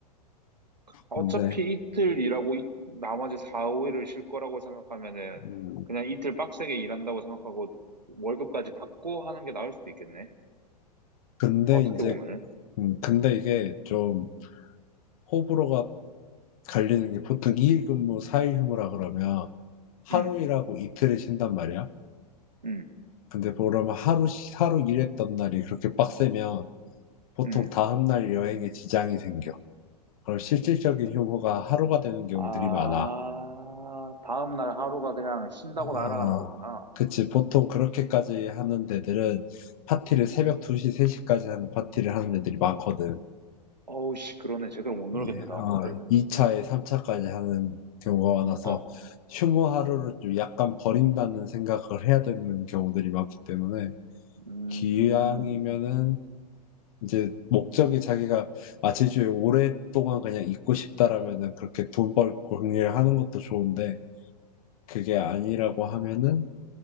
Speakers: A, on the right; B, on the left.
A: 어차피
B: 근데
A: 이틀 일하고 이- 나머지 4, 5일을 쉴 거라고 생각하면은
B: 음,
A: 그냥 이틀 빡세게 일한다고 생각하고 월급까지 받고 하는 게 나을 수도 있겠네.
B: 근데
A: 어떻게
B: 이제
A: 보면은.
B: 음, 근데 이게 좀 호불호가 갈리는 게 보통 2일 근무 4일 휴무라 그러면 하루
A: 음,
B: 일하고 이틀을 쉰단 말이야.
A: 음,
B: 근데 그러면 하루 쉬- 하루 일했던 날이 그렇게 빡세면 보통
A: 음.
B: 다음 날 여행에 지장이 생겨. 그럼 실질적인 휴무가 하루가 되는 경우들이
A: 아,
B: 많아.
A: 다음날 하루가 그냥 쉰다고
B: 아,
A: 날아가는 거구나.
B: 그치. 보통 그렇게까지 하는 데들은 파티를 새벽 2시, 3시까지 하는 파티를 하는 데들이 많거든.
A: 어우, 씨, 그러네. 제대로 못 놀겠네,
B: 예,
A: 다음날은.
B: 어, 2차에 3차까지 하는 경우가 많아서
A: 어,
B: 휴무 하루를 좀 약간 버린다는 생각을 해야 되는 경우들이 많기 때문에
A: 음,
B: 기왕이면은 이제 목적이 자기가 아, 제주에 오랫동안 그냥 있고 싶다라면은 그렇게 돈 벌고 정리를 하는 것도 좋은데 그게 아니라고 하면은